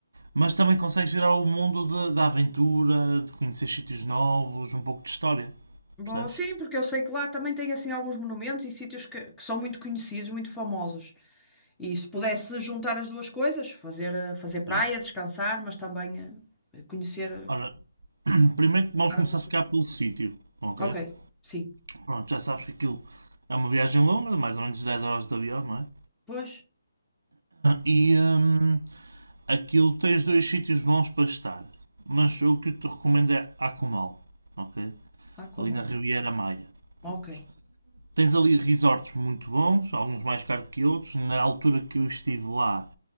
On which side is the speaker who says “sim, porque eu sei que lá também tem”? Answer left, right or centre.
Centre